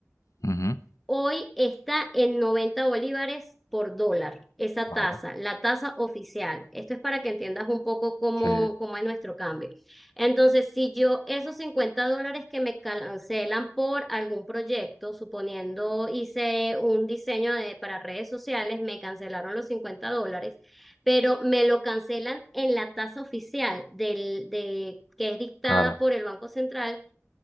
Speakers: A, on the left; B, in the centre.
A: Ujú.
B: Hoy está en 90 bolívares por dólar, esa
A: Vale.
B: tasa, la tasa oficial. Esto es para que entiendas un poco cómo,
A: Sí,
B: cómo es nuestro cambio. Entonces, si yo esos 50 dólares que me cancelan por algún proyecto, suponiendo hice un diseño de, para redes sociales, me cancelaron los 50 dólares pero me lo cancelan en la tasa oficial del, de, que es dictada
A: claro.
B: por el Banco Central,